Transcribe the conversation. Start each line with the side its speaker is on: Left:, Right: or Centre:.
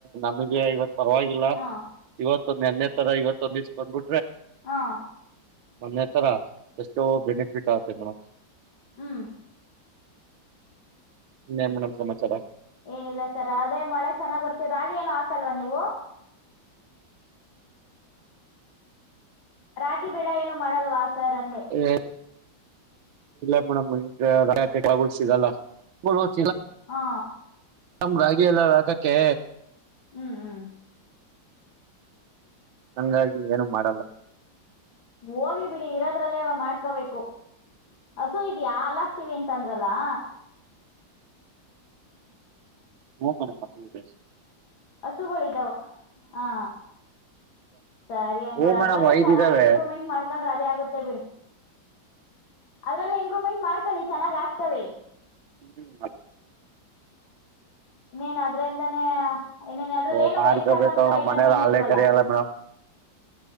Right: ನಮಗೆ ಇವತ್ ಪರವಾಗಿಲ್ಲ
Left: ಹ
Right: ಇವತ್ತ ತ್ತ ನನ್ನೆ ತರ ಇವತ್ತುೊಂದಿಸ್ಕ್ಬಿಟ್ಟು.
Left: ಹಾ.
Right: ಮೊನೆೆ ತರ ಎಷ್ಟೋ ಬೆನಿಫಿಟ್ ಆತೆ ಮಡಮ್.
Left: ಹ್ಮ್.
Right: ಇನ್ನೇನ್ ಮೇಡಂ ಸಮಾಚಾರ.
Left: ಏನಿಲ್ಲ ಸರ ಅದೇ ಮಳೆ ಚೆನ್ನಾಗ್ ಬರ್ತವಿ ರಾಗಿ ಏನು ಹಾಕಲ್ವಾ ನೀವು. ರಾಗಿ ಬೆಳೆ ಏನು ಮಾಡಲ್ವ ಸರಂದೆ.
Right: ಏ <unintelligible>
Left: ಹಾ.
Right: ನಮ್ ರಾಗಿ ಎಲ್ಲ ರಾಕಕ್ಕೆ.
Left: ಹ್ಮ್ ಹ್ಮ್.
Right: ಹಂಗಾಗಿ ಏನು ಮಾಡಲ್ಲ.
Left: ಹೋಗ್ಲಿ ಬಿಡಿ ಇರೋದ್ರಲ್ಲೇ ಮಾಡ್ಕೋಬೇಕು ಹಸೋ ಇದ್ಯಾ ಅಲಾಕ್ತಿವಿ ಅಂತ ಅಂದ್ರ. <inaudible>
Right: ಹ ಮೇಡಮ್ ಹಸು ಇದೆ.
Left: ಹಸುಗಳ ಇದಿದಾವ ಹಾ. ಸರಿ ಹಂಗಾರ
Right: ಹೂ ಮೇಡಮ್
Left: ಅದ್ರಲ್ಲೇ
Right: ಐದ್
Left: ಚೆನ್ನಾಗಿ
Right: ಇದಾವೆ
Left: ಇಂಪ್ರೂವ್ಮೆಂಟ್ ಮಾಡ್ಕೊಂಡ್ರೆ ಅದೇ ಆಗುತ್ತೆ ಬಿಡಿ. ಅದ್ರಲ್ಲ ಇಂಪ್ರೂವ್ಮೆಂಟ್ ಮಾಡ್ಕೊಳ್ಳಿ ಚೆನ್ನಾಗ್ ಆಗ್ತವೆ.
Right: <inaudible>
Left: ನೀನ್ ಅದ್ರಿಂದಾನೇ. ಏನೇನ ಅದ್ರಲ್ಲಿ
Right: ಓ
Left: ಏನು
Right: ಮಾಡ್ಕೋಬೇಕು
Left: ವೇಸ್ಟ್ ಆಗಂತ
Right: ನಮ್
Left: ಐಟಮ್
Right: ಮನೇಲಿ
Left: ಏನು
Right: ಹಾಲ್ನೇ
Left: ಇಲ್ವಲ್ಲ.
Right: ಕರಿಯಲ್ಲ ಮೇಡಮ್